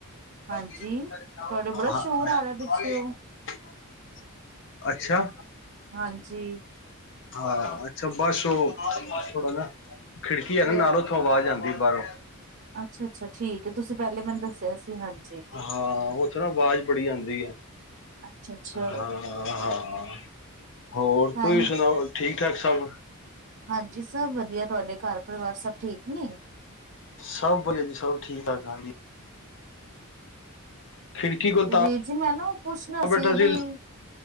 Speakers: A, on the left; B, on the right.
A: <unintelligible>
B: ਹਾਂਜੀ। ਤੁਹਾਡੇ ਬੜਾ ਸ਼ੋਰ ਆ ਰਿਹਾ ਪਿੱਛੇਓ
A: ਅੱਛਾ
B: ਹਾਂਜੀ
A: ਹਾਂ ਅੱਛਾ ਬਸ ਉਹ ਥੋੜਾ ਨਾ ਖਿੜਕੀ ਐ ਨਾ ਨਾਲ, ਉੱਥੋਂ ਆਵਾਜ਼ ਆਂਦੀ ਐ ਬਾਹਰੋਂ
B: ਅੱਛਾ ਅੱਛਾ ਠੀਕ ਹੈ ਤੁਸੀਂ ਪਹਿਲੇ ਮੈਨੂੰ ਦੱਸਿਆ ਸੀ ਹਾਂਜੀ
A: ਹਾਂ ਉੱਥੇ ਨਾ ਆਵਾਜ਼ ਬੜੀ ਆਉਂਦੀ ਹੈ
B: ਅੱਛਾ ਅੱਛਾ
A: ਹਾਂ ਹਾਂ ਹੋਰ
B: ਟਾਈਮ
A: ਤੁਸੀਂ ਸੁਣਾਓ ਠੀਕ ਠਾਕ ਸਭ
B: ਹਾਂਜੀ ਸਭ ਵਧੀਆ ਤੁਹਾਡੇ ਘਰ ਪਰਿਵਾਰ ਸਭ ਠੀਕ ਨੇ
A: ਸਭ ਵਧੀਆ ਜੀ ਸਭ ਠੀਕ ਠਾਕ ਹਾਂਜੀ ਖਿੜਕੀ ਕੋਲ
B: ਤੇ
A: ਤਾਂ
B: ਵੀਰ ਜੀ ਮੈਂ ਨਾ ਪੁੱਛਣਾ
A: ਬੈਠਾ ਸੀ
B: ਬਈ